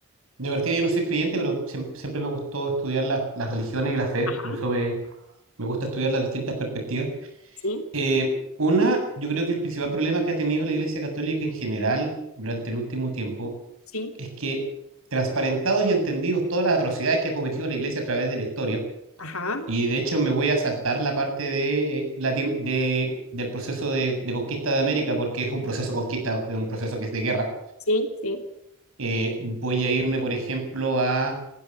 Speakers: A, on the right; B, on the left.
A: de partida yo no soy creyente, pero siem- siempre me gustó estudiar la- las religiones y la fe,
B: Ajá,
A: por eso me, me gusta estudiar las distintas perspectivas.
B: sí,
A: Eh, una, yo creo que el principal problema que ha tenido la Iglesia Católica en general durante el último tiempo
B: sí,
A: es que transparentados y entendidos todas las atrocidades que ha cometido la Iglesia a través de la historia,
B: ajá,
A: y de hecho me voy a saltar la parte de, eh, latin- de- del proceso de, de conquista de América, porque es un proceso de conquista, es un proceso que es de guerra
B: sí, sí,
A: eh, voy a irme, por ejemplo, a